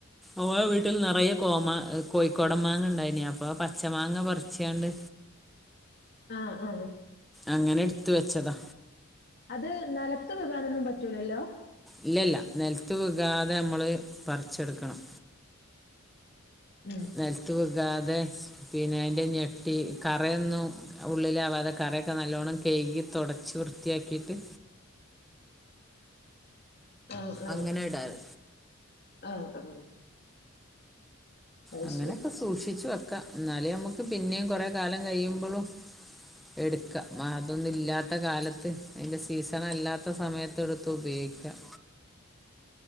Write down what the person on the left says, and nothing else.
ആഹ് ആഹ്
അത് നെലത്ത് വെക്കാനൊന്നും പറ്റൂലല്ലോ
ഉം
ആഹ് ആഹ്
ആഹ് ആഹ് അത്
ശരി